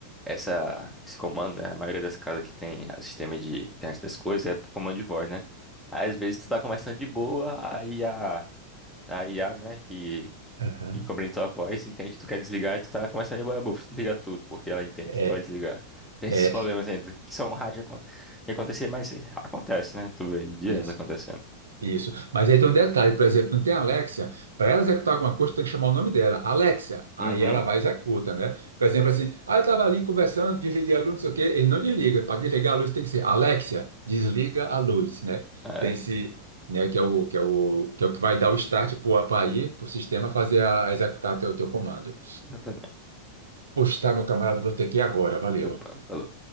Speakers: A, in the centre; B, on the right.
A: essa, esse comando, né? A maioria das casas que tem o sistema de internet das coisas é comando de voz, né? Aí, às vezes tu tá conversando de boa, aí a, a IA, né? Que,
B: Aham.
A: que compreende tua voz, entende que tu quer desligar e tu tá conversando de boa, buf, desliga tudo, porque ela entende
B: É,
A: que tu vai desligar. Tem
B: é,
A: esses problemas ainda, que são raros de acon- de acontecer, mas acontece, né? Tu vê aí direto
B: mas,
A: acontecendo.
B: Isso. Mas aí tem um detalhe, por exemplo, não tem Alexia, para ela executar alguma coisa, tem que chamar o nome dela, Alexia. Aí
A: Uhum,
B: ela vai e executa, né? Por exemplo, assim, ah, eu estava ali conversando, desliguei a luz, não sei o quê, ele não desliga. Para desligar a luz tem que ser Alexia, desliga a luz, né?
A: é,
B: Tem esse, né, que é o que é o que é o que vai dar o start para ir para o sistema fazer a executar o teu, teu comando.
A: exatamente.
B: Poxa, tá, meu camarada, vou ter que ir agora, valeu.
A: Opa, falou.